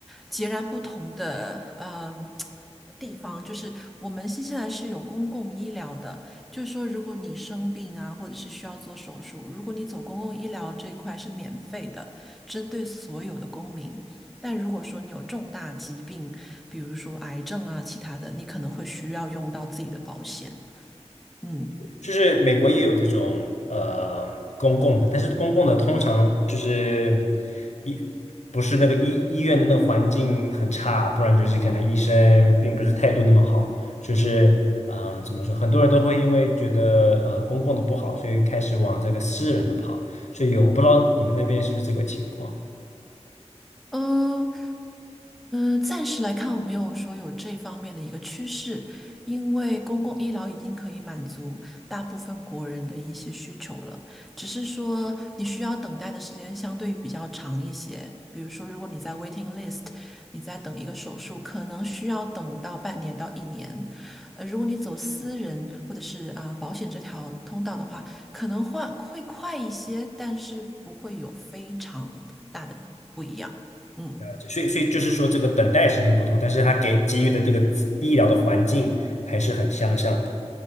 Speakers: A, in the centre; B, on the left (about 85°).
A: 截然不同的呃。地方，就是我们新西兰是有公共医疗的，就是说如果你生病啊，或者是需要做手术，如果你走公共医疗这块是免费的，针对所有的公民。但如果说你有重大疾病，比如说癌症啊，其他的，你可能会需要用到自己的保险。嗯
B: 就是美国也有这种呃公共的，但是公共的通常就是医不是那个医医院的那个环境很差，不然就是可能医生并不是态度那么好，就是呃怎么说，很多人都会因为觉得呃公共的不好，所以开始往这个私人的跑，所以有我不知道你们那边是不是这个情况。
A: 嗯，嗯呃，暂时来看，我没有说有这方面的一个趋势，因为公共医疗已经可以满足大部分国人的一些需求了，只是说你需要等待的时间相对比较长一些。比如说，如果你在 waiting list，你在等一个手术，可能需要等到半年到一年。呃，如果你走私人或者是啊、保险这条通道的话，可能会会快一些，但是不会有非常大的不一样。嗯。
B: 了解所以所以就是说，这个等待时间不同，但是他给给予的这个医疗的环境还是很相像的。